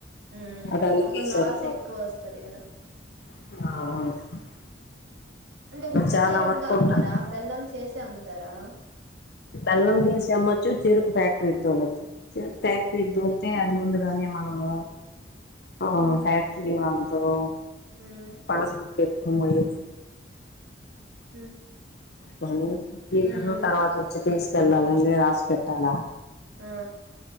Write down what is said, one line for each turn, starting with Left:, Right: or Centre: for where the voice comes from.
Right: హ్మ్
Left: అదానికి
Right: అప్పుడు
Left: సరిపోదు
Right: లాస్ ఎక్కువ వస్తది కదా
Left: ఆ
Right: అంటే ఉత్త
Left: చాలా
Right: చెరుగ్గా
Left: వరకు
Right: అమ్మరా
Left: ఉంటాది
Right: బెల్లం చేసే అమ్ముతారా
Left: బెల్లం చేసి అమ్మచ్చు చెరుకు ఫ్యాక్టరీకి దోలొచ్చు చెరుకు ఫ్యాక్టరీకి
Right: హ్మ్
Left: అయితే అది ముందుగానే మనము ఆ
Right: హ్మ్
Left: ఫ్యాక్టరీ వాళ్లతోను
Right: హ్మ్
Left: పాస్ బుక్ ఎత్తుకొని పోయచ్చి
Right: హ్మ్
Left: లరు నేను
Right: హ్మ్.
Left: తర్వాత వచ్చి తీసుకెళ్ళాలండి రాసి పెట్టాలా
Right: ఆ